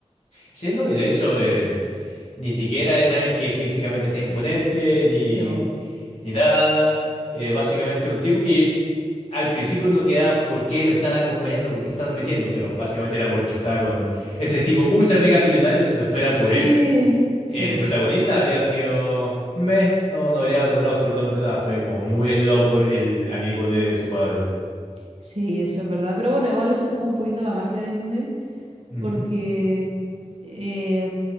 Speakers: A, on the left (about 65°); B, on the right (about 60°).
A: Sí, no, y de hecho, eh, Ni siquiera es alguien que físicamente sea imponente, ni,
B: Sí, po.
A: ni nada. Eh, básicamente un tipo que al principio uno queda por qué lo están acompañando, por qué se están metiendo, pero básicamente era porque estaba con ese tipo ultra mega millonario. Si no fuera por
B: Sí,
A: él, el
B: sí, po.
A: protagonista habría sido... Meh, no, no habría logrado absolutamente nada. Fue como muy ayudado por el amigo de su padre.
B: Sí, eso es verdad. Pero bueno, igual eso es como un poquito la magia de Disney,
A: Ujú,
B: porque eh,